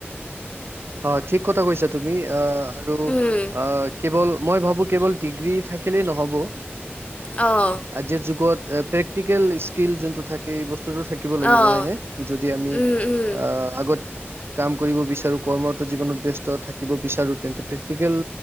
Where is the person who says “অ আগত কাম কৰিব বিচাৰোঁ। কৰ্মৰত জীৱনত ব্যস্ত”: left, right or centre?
Right